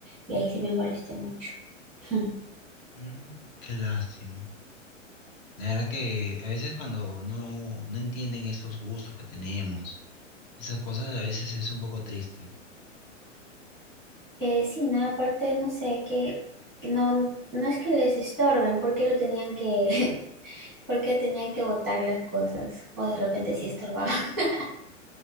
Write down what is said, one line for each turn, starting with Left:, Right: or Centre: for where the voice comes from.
Centre: Y ahí sí me molesté mucho. <laughs>
Left: Mm, qué lástima. La verdad que a veces cuando no, no entienden esos gustos que tenemos, esas cosas a veces es un poco triste.
Centre: Eh, sí, no, aparte, no sé, que que no, no es que les estorben, porque lo tenían que, <laughs> porque tenían que botar las cosas o de repente sí estorbaban. <laughs>